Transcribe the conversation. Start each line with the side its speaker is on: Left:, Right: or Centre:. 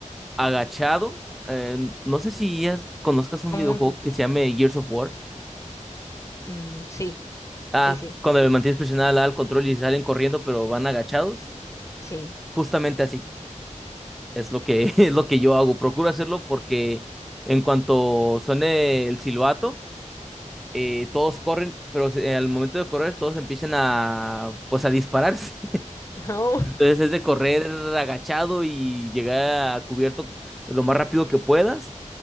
Centre: agachado. eh, no sé si ya conozcas un
Left: Como
Centre: videojuego
Left: en cu-
Centre: que se llame Gears of War.
Left: mm, sí,
Centre: Ah,
Left: sí, sí,
Centre: cuando le mantienes presionada la A al control y salen corriendo, pero van agachados.
Left: sí.
Centre: Justamente así. Es lo que, <laughs> es lo que yo hago. Procuro hacerlo porque en cuanto suene el silbato, eh, todos corren, pero se- al momento de correr, todos empiezan a, pues, a dispararse. <laughs>
Left: <laughs> No,
Centre: Entonces es de correr agachado y llegar a cubierto lo más rápido que puedas